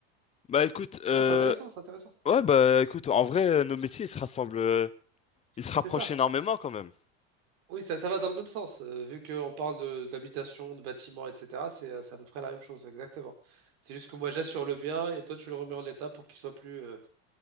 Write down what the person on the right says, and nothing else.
Non, c'est intéressant, c'est intéressant.
C'est ça.
Oui, ça, ça va dans le même sens. euh, vu qu'on parle de d'habitation, de bâtiment, etc., c'est euh, c'est à peu près la même chose, exactement. C'est juste que moi, j'assure le bien et toi, tu le remets en état pour qu'il soit plus, euh,